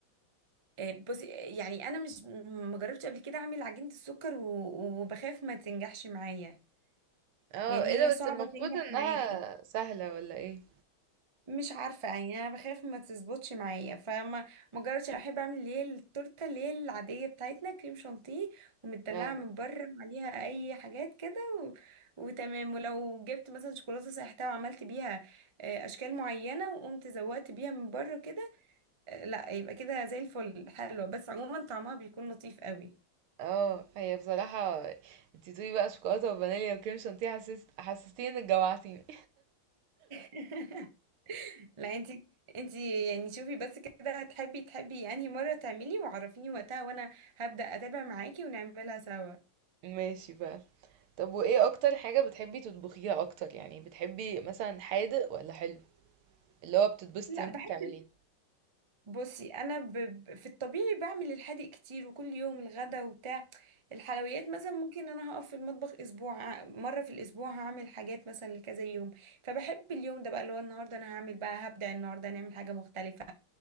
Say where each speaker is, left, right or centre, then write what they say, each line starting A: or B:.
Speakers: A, on the right; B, on the right.
A: آه، بصي يعني انا مش ما جربتش قبل كده اعمل عجينة السكر و- وبخاف ما تنجحش معايا
B: اه
A: يعني
B: ايه ده
A: هي
B: بس
A: صعبة
B: المفروض
A: تنجح
B: انها
A: معاكي
B: سهلة ولا ايه
A: مش عارفة يعني انا بخاف ما تظبطش معايا فما ما جربتش أنا بحب اعمل اللي هي التورتة اللي هي العادية بتاعتنا كريم شانتيه ومدلعة
B: اه
A: من بره عليها اي حاجات كده و... وتمام ولو جبت مثلا شوكولاتة سايحتها وعملت بيها آه، اشكال معينة وقمت زودت بيها من بره كده آه، لا يبقى كده زي الفل حلوة بس عموما طعمها بيكون لطيف قوي
B: اه هي بصراحة انتي بتقولي بقى شوكولاتة وفانيليا وكريم شانتيه حسست حسستيني انك جوعتيني
A: <laughs> لا انت انت يعني شوفي بس كده هتحبي تحبي انهي مرة تعملي وعرفيني وقتها وانا هبدأ اتابع معاكي ونعملها سوا
B: <laughs> ماشي بقى طب وايه اكتر حاجة بتحبي تطبخيها اكتر يعني بتحبي مثلا حادق ولا حلو اللي هو بتتبسطي
A: لا
B: وانتي
A: بحب
B: بتعمليه
A: بصي انا ب... ب- في الطبيعي بعمل الحادق كتير وكل يوم الغدا وبتاع الحلويات مثلا ممكن انا هقف في المطبخ اسبوع ع- مرة في الاسبوع هعمل حاجات مثلا لكذا يوم فبحب اليوم ده بقى اللي هو النهارده انا هعمل بقى هبدأ النهارده نعمل حاجة مختلفة